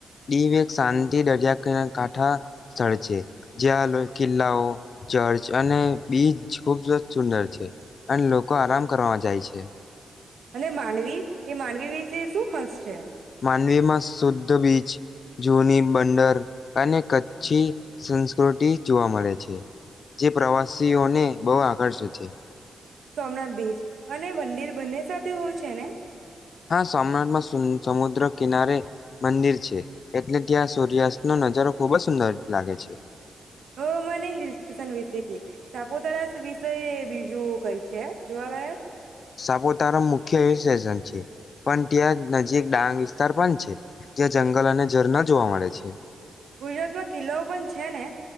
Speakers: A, on the left (about 60°); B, on the right (about 75°).
A: દી વ એક શાંતિ દરિયા. કાંઠા સ્થળ છે. જ્યાં લો કિલ્લાઓ ચર્ચ અને બીજ. ખૂબ સરત સુંદર છે અને લોકો આરામ કરવા જાય છે.
B: અને માનવી એ માનવી વિશે શું ખાસ છે?
A: નવી માં શુદ્ધ બીચ જૂની બંદર. અનેને કચ્છી. સંસ્કૃતિ જોવા મળે છે જે પ્રવાસીઓને બહુ આકર્ષે છે.
B: સોમનાથ બીચ. અને મંદિર બને સ સાથે હોય છે ને?
A: હા સોમનાથમાં સું-સમુદ્ર કિનારે મંદિર છે એટલે ત્યાં સૂર્યાસ્ત નો નજારો ખુબ જ સુંદર લાગે છે.
B: હ મને હિલ <unintelligible> વિશે કે સાપુતારા વિશે બીજું કઈ છે જોવાલાયક?
A: સાપુતારા મુખ્ય હિલ સ્ટેશન છે. પણ ત્યા નજીક ડાંગ. સ્તાર પણ છે. ત્યાં જંગલ અને ઝરણાં જોવા મળે છે.
B: ગુજરાતમાં કિલ્લાઓ પણ છે ને?